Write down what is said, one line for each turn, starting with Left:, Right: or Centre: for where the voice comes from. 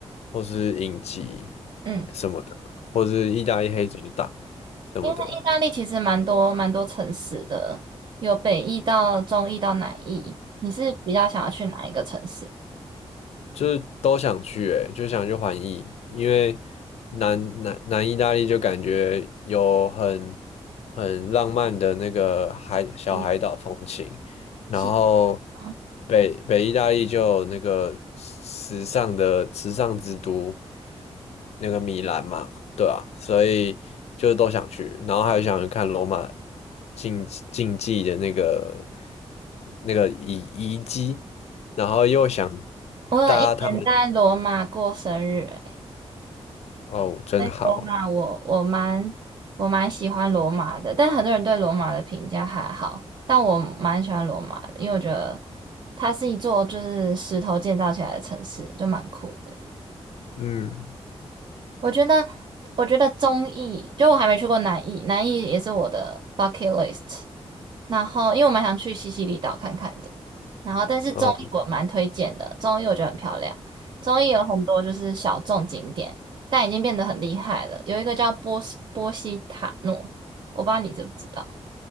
Left: 或是影集
Right: 嗯。
Left: 什么的，或是意大利黑手党什么的。
Right: 因为意大利其实蛮多蛮多城市的，有北意到中意到南意。你是比较想要去哪一个城市
Left: 就是都想去、欸，就想去环意，因为南南南意大利就感觉有很很浪漫的那个海小海岛风情，
Right: 旅
Left: 然后
Right: 行吗？
Left: 北北意大利就有那个时尚的时尚之都，那个米兰嘛，对啊，所以就都想去，然后还有想去看罗马竞竞技的那个那个遗遗迹，然后又想
Right: 我有一年在罗马过生日、
Left: 搭他们，
Right: 欸，
Left: 哦，真好哎，
Right: 在罗马我我蛮我蛮喜欢罗马的，但很多人对罗马的评价还好，但我蛮喜欢罗马的，因为我觉得它是一座就是石头建造起来的城市，就蛮酷的。
Left: 嗯，
Right: 我觉得我觉得中意，就我还没去过南意，南意也是我的 bucket list。然后因为我蛮想去西西里岛看看的，然后但是中艺我蛮推荐的，
Left: 哦，
Right: 中艺我觉得很漂亮，中艺有很多就是小众景点，但已经变得很厉害了。有一个叫波斯波西塔诺，我不知道你知不知道，